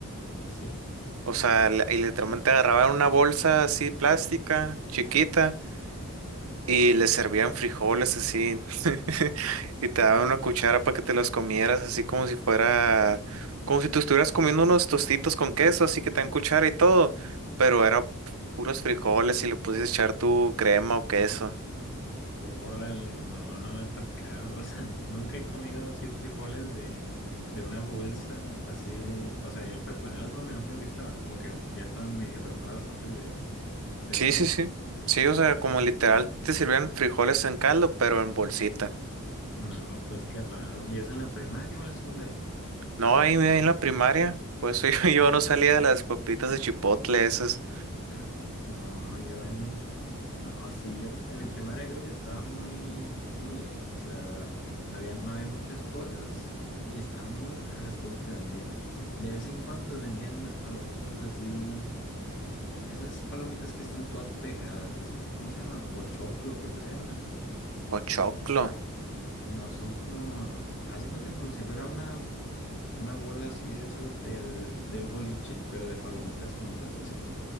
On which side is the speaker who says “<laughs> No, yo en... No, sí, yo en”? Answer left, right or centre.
Left